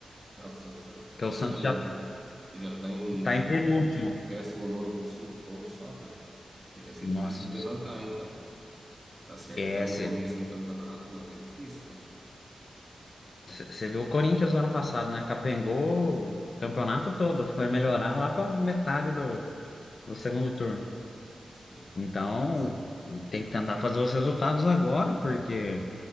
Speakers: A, on the right; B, on the left.
A: Não, o Santos tá-
B: Porque
A: já
B: o Santos
A: tá em,
B: já
A: já tá em
B: tá em penúltimo.
A: décimo nono com cinco pontos só, cara. E vai ser
B: Nossa,
A: difícil de levantar, hein, cara. Tá certo
B: esquece.
A: que tá no começo do campeonato, mas é difícil, cara.
B: Você viu o Corinthians no ano passado, né? Capengou o campeonato todo, foi melhorar lá para metade do, do segundo turno.
A: Sim.
B: Então, tem que tentar fazer os resultados agora, porque